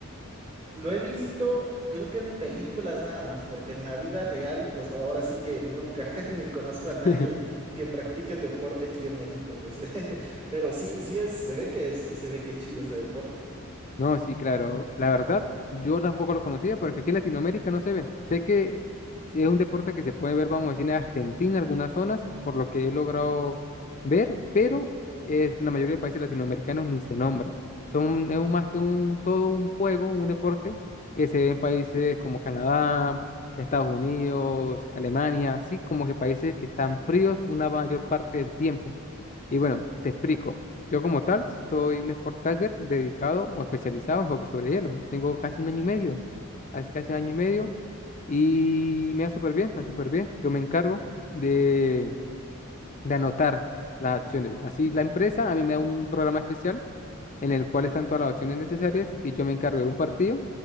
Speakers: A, on the right (about 30°); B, on the left (about 35°).
A: Lo he visto, creo que en películas nada más, porque en la vida real, pues no, ahora sí que nunca, <laughs> ni conozco
B: <laughs>
A: a nadie que practique el deporte aquí en México, pues. <laughs> Pero sí, sí es, se ve que es, se ve que es chido ese deporte.
B: No, sí, claro. La verdad, yo tampoco lo conocía porque aquí en Latinoamérica no se ve. Sé que sí es un deporte que se puede ver, vamos a decir, en Argentina, algunas zonas, por lo que he logrado ver, pero este, en la mayoría de países latinoamericanos ni se nombra. Son, es un- más que un, todo un juego, un deporte que se ve en países como Canadá, Estados Unidos, Alemania, así como que países que están fríos una mayor parte del tiempo. Y bueno, te explico. Yo como tal soy un sport tagger dedicado o especializado en hockey sobre hielo. Yo tengo casi un año y medio, hace casi un año y medio, y me va súper bien, me va súper bien. Yo me encargo de, de anotar las acciones. Así la empresa a mí me da un programa especial en el cual están todas las opciones necesarias y yo me encargo de un partido